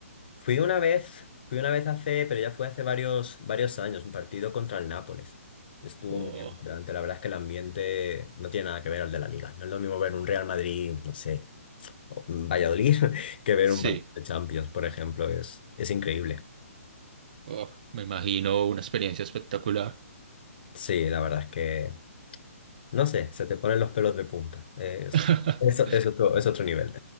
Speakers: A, on the left (about 40°); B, on the right (about 35°).
A: Fui una vez, fui una vez hace, pero ya fue hace varios, varios años, un partido contra el Nápoles. Estuvo
B: Oh,
A: muy emocionante. La verdad es que el ambiente no tiene nada que ver al de la Liga. No es lo mismo ver un Real Madrid, no sé. o Valladolid <laughs> que ver
B: sí.
A: un partido de Champions, por ejemplo, es, es increíble.
B: Oh, me imagino una experiencia espectacular.
A: Sí, la verdad es que, no sé, se te ponen los pelos de punta. Es,
B: <laughs>
A: es, es otro, es otro nivel.